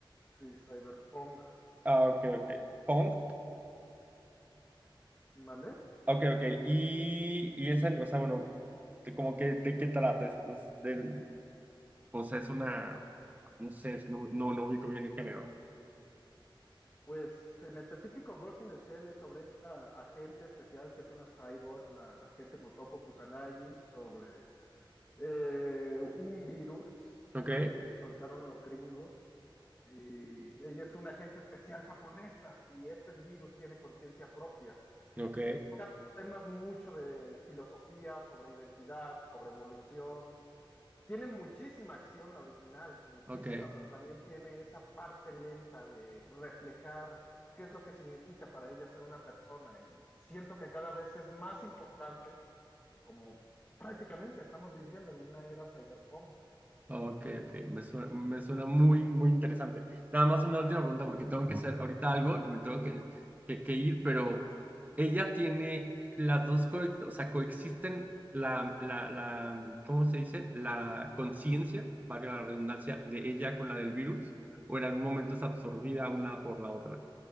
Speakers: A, on the left; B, on the right.
A: Sí, Cyberpunk.
B: Ah, ok, ok, punk,
A: ¿Mandé?
B: ok, ok, y, y esa, o sea, bueno, que como que, ¿de qué trata? Es, es del, o sea, es una... No sé, no, no, no ubico bien el género.
A: Pues en específico, Ghost in the Shell es sobre esta agente especial que es una cyborg, la agente Motoko Kusanagi, sobre eh, un virus
B: Ok,
A: que soltaron los gringos. Y ella es una agente especial japonesa y este virus tiene conciencia propia.
B: ok,
A: Y toca temas mucho de filosofía, sobre identidad, sobre evolución. Tiene muchísima acción la original, muchísima,
B: ok,
A: pero también tiene esa parte lenta de reflejar qué es lo que significa para ella ser una persona. Y siento que cada vez es más importante como prácticamente estamos viviendo en una era cyberpunk.
B: ok, ok. Me suena, me suena muy, muy interesante. Nada más una última pregunta porque tengo que hacer ahorita algo y me tengo que, que, que ir, pero ella tiene las dos, co- o sea, coexisten la, la, la, ¿cómo se dice? La conciencia, valga la redundancia, de ella con la del virus, o en algún momento es absorbida una por la otra.